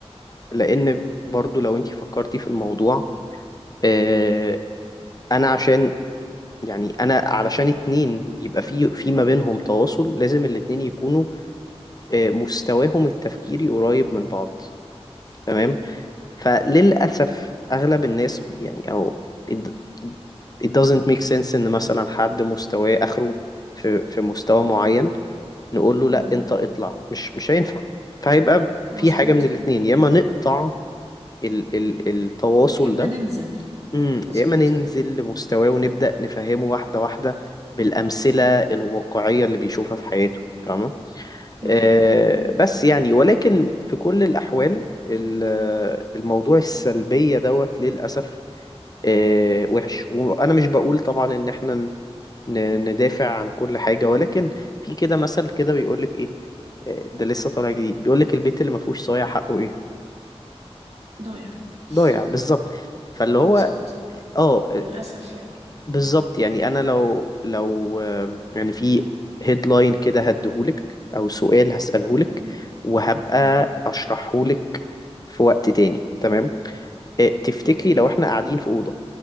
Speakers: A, on the left; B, on the right.
A: لان برضو لو انتي فكرتي في الموضوع آه، انا عشان يعني انا علشان اتنين يبقى في في ما بينهم تواصل لازم الاتنين يكونوا آه، مستواهم التفكيري قريب من بعض تمام فللاسف اغلب الناس يعني او it, it doesn't make sense ان مثلا حد مستواه اخره في في مستوى معين نقول له لا
B: مهم.
A: انت اطلع مش مش هينفع فهيبقى
B: مظبوط
A: في حاجة من الاتنين يا اما نقطع ال ال التواصل
B: يا إما
A: ده
B: ننزل
A: امم
B: مظبوط
A: يا اما ننزل لمستواه ونبدأ نفهمه واحدة واحدة بالأمثلة الواقعية اللي بيشوفها في حياته فاهمة
B: ده
A: أه
B: حقيقي مم.
A: بس يعني ولكن في كل الأحوال ال- الموضوع السلبية دوت للأسف أه وحش وأنا مش بقول طبعا إن احنا ن- ندافع عن كل حاجة ولكن في كده مثل كده بيقولك إيه آه، ده لسه طالع جديد بيقولك البيت اللي ما فيهوش صايع حقه إيه
B: ضايع <laughs>
A: ضايع بالظبط فاللي هو
B: مظبوط
A: اه
B: للأسف يعني
A: بالظبط يعني انا لو لو آم، يعني في هيدلاين كده هديهولك او سؤال هسألهولك
B: مهم.
A: وهبقى
B: مهم.
A: اشرحهولك في وقت تاني تمام آه، تفتكري
B: أوكي
A: لو احنا قاعدين في أوضة